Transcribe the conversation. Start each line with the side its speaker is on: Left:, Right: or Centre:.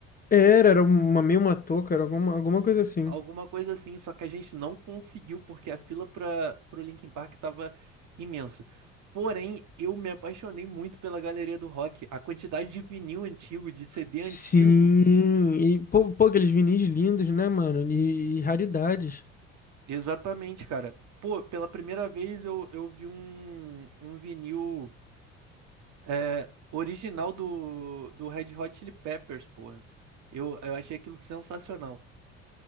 Left: Era, era uma meio uma touca, era alguma, alguma coisa assim.
Right: Alguma coisa assim, só que a gente não conseguiu porque a fila para pro Linkin Park tava imensa. Porém, eu me apaixonei muito pela galeria do rock. A quantidade de vinil antigo, de CD
Left: Sim,
Right: antigo.
Left: e pô, pô, aqueles vinis lindos, né, mano? E, e raridades.
Right: Exatamente, cara. Pô, pela primeira vez eu, eu vi um, um vinil. É, original do, do Red Hot Chili Peppers, porra. Eu, eu achei aquilo sensacional.